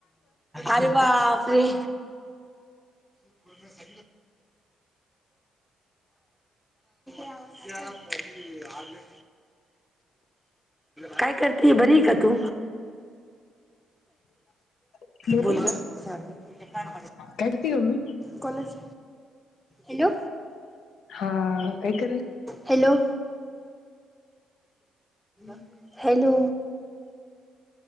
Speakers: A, in the centre; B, on the left.
A: अरे बापरे <unintelligible> पण ते यावंच लागत <unintelligible> काय करती? बरी ये का तू?
B: हॅलो
A: बोल ग साधं
B: काय करते ग मी
A: कोणाच? हॅलो
B: हा काय कर
A: हॅलो <unintelligible> हॅलो